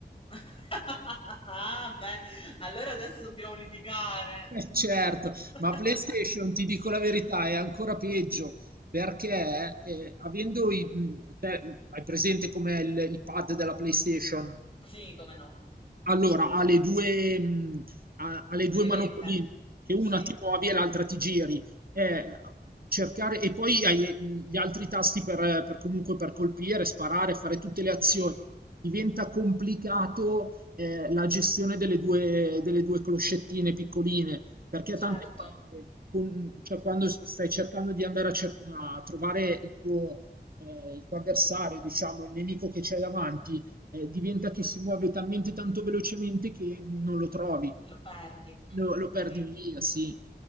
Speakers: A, on the left (about 30°); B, on the right (about 60°).
A: <laughs> Ah, beh, allora adesso dobbiamo litigare.
B: Eh, certo,
A: <laughs>
B: ma PlayStation ti dico la verità, è ancora peggio perché eh, avendo i, mh, te- hai presente com'è il, il pad della PlayStation?
A: Sì, come no,
B: Allora, ha le due, mhmm, ha ha le 2
A: le
B: manopoline,
A: vette.
B: che
A: Sì,
B: una ti muovi e l'altra ti giri. Eh, cercare e poi hai, ehm, gli altri tasti per per comunque per colpire, sparare, fare tutte le azioni.
A: sì,
B: Diventa complicato, ehm, la gestione delle 2 delle 2 closcettine piccoline, perché
A: certo,
B: tante volte con cioè quando s stai cercando di andare a cer a trovare il tuo ehm, il tuo avversario, diciamo, il nemico che c'hai davanti, eh, diventa che si muove talmente tanto velocemente che non lo trovi,
A: lo perdi. Mm,
B: lo, lo perdi
A: sì,
B: via,
A: sì,
B: sì.